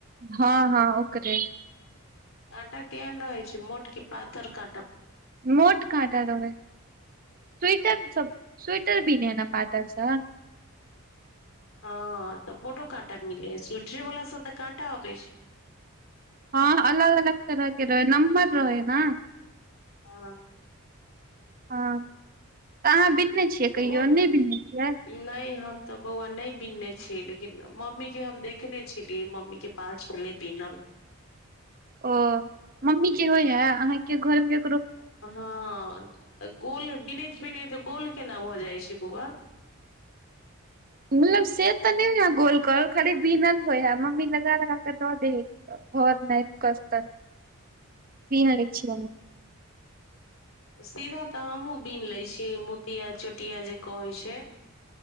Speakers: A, on the right; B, on the left.
A: हँ- हँ ओकरे।
B: काँटा केहन रहै छैय मोट कि पातर काँटा।
A: मोट काँटा रहै छैय, स्वेटर सब स्वेटर बिने है न पातर सँ।
B: हँ तऽ मोटो काँटा मिले अछि, स्वेटरे वाला सब तऽ काँटा अबै छैय।
A: हँ अलग -अलग तरह के रहै नम्बर रहे है न।
B: हं।
A: हँ तऽ अहाँ बिनने छियै,
B: तऽ
A: कहियो
B: ओ
A: नै बिनने छियै।
B: नहि हम तऽ बौआ नहि बिनने छि, लेकिन मम्मी के हम देखने छेलियै मम्मी के। पाँच के पास छलै बिनल।
A: ओ मम्मी के होय हे अहाँके घर के।
B: हँ गोल बनैत -बिनैत गोल केना भऽ जाइ छै बौआ।
A: मतलब से तऽ नहि होए गोल करल खाली बिनल होय है, मम्मी लगा लगा क दऽ दइ है। घर नहि कत भीन लै छी।
B: सीधा तऽ हमहुं बिन ले छियै, मोतिया चोटिया जे कहै छै।